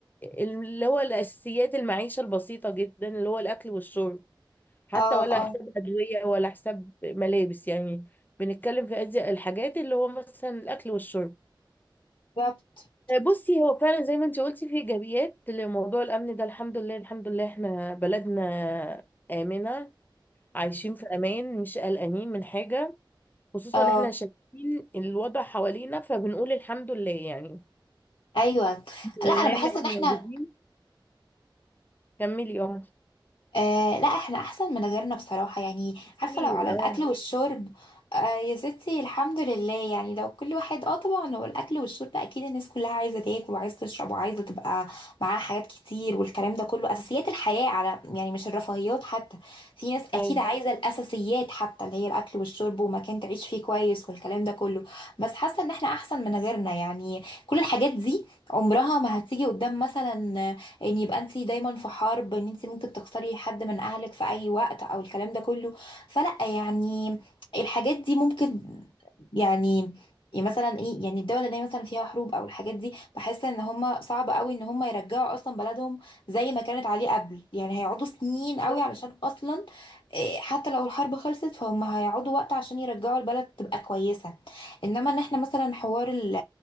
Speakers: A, on the left; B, on the left.
A: اللي هو الأساسيات المعيشة البسيطة جدا اللي هو الأكل والشرب حتى
B: اه
A: ولا
B: اه
A: حساب أدوية ولا حساب ملابس يعني بنتكلم في أدي الحاجات اللي هو مثلا الأكل والشرب
B: بالظبط
A: بصي هو فعلا زي ما انت قلتي في ايجابيات لموضوع الامن ده الحمد لله الحمد لله احنا بلدنا امنه عايشين في امان مش قلقانين من حاجه خصوصا
B: اه
A: احنا شايفين الوضع حوالينا فبنقول الحمد لله يعني
B: ايوه
A: الحمد
B: لا
A: لله
B: انا بحس
A: ان احنا
B: ان احنا
A: موجودين كملي اه
B: آه لا احنا احسن من غيرنا بصراحة يعني
A: كتير
B: عارفة لو على الاكل
A: اه
B: والشرب آه يا ستي الحمد لله يعني لو كل واحد اه طبعا هو الاكل والشرب اكيد الناس كلها عايزة تاكل وعايزة تشرب وعايزة تبقى معاها حاجات كتير والكلام ده كله اساسيات الحياة على يعني مش الرفاهيات حتى في ناس اكيد
A: ايوه
B: عايزة الاساسيات حتى اللي هي الاكل والشرب ومكان تعيش فيه كويس والكلام ده كله بس حاسة ان احنا احسن من غيرنا يعني كل الحاجات دي عمرها ما هتيجي قدام مثلا ان يبقى انت دايما في حرب ان انت ممكن تخسري حد من اهلك في اي وقت او الكلام ده كله فلا يعني الحاجات دي ممكن يعني يعني مثلا ايه يعني الدولة اللي هي مثلا فيها حروب او الحاجات دي بحس ان هم صعب قوي ان هم يرجعوا اصلا بلدهم زي ما كانت عليه قبل يعني هيقعدوا سنين قوي
A: بالظبط.
B: علشان اصلا إيه، حتى لو الحرب خلصت فهم هيقعدوا وقت عشان يرجعوا البلد تبقى كويسة انما ان احنا مثلا حوار ال